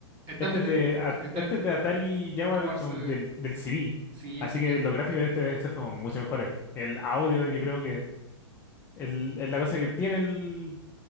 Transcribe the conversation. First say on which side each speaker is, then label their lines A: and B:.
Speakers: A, on the right (about 30°); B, on the left (about 15°).
A: están
B: este
A: metiendo.
B: es de, a-
A: está-
B: este es de Atari Jaguar
A: Jaguars,
B: como
A: eh,
B: el del, del CD.
A: sí,
B: Así
A: así
B: que
A: que.
B: los gráficos de este deben ser como mucho mejores. El audio, yo creo que el- es la cosa que tiene el